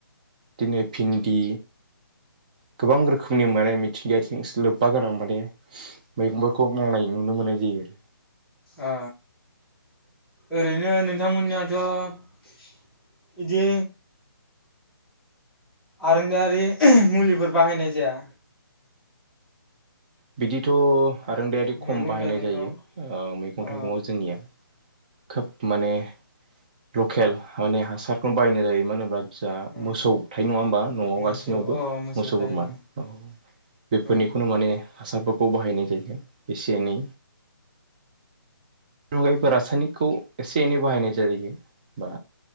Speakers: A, on the right (about 20°); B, in the centre.
A: बिदिनो भिन्दि गोबां रोखोमनि माने मिथिंगायारिजों लोब्बा गोनां माने मैगंफोरखौ मावनाय नुनो मोननाय जायो आरो
B: ओ ओरैनो नोंथांमोननिया <inaudible> इदि आरोंदायारि मुलिफोर बाहायनाय जाया
A: बिदि खिन्थु आरोंदायारि खम
B: मैगं
A: बाहायनाय
B: थाइगंफ्राव
A: जायो ओ मैगं
B: अ
A: थाइगं आव जोंनिया खोब माने लकेल माने हासारखौ बायनाय जायो मानो होनोब्ला जा
B: अ
A: मोसौ थायो नङा होमबा न'आव
B: मोसौ
A: गाससिनावबो
B: अ
A: मोसौ
B: थायो
A: बोरमा औ बेफोरनिखौनो
B: ओं
A: माने हासारफोरखौ बाहायनाय जायो एसे एनै <unintelligible> रासायनिकखौ एसे एनै बाहायनाय जायो बा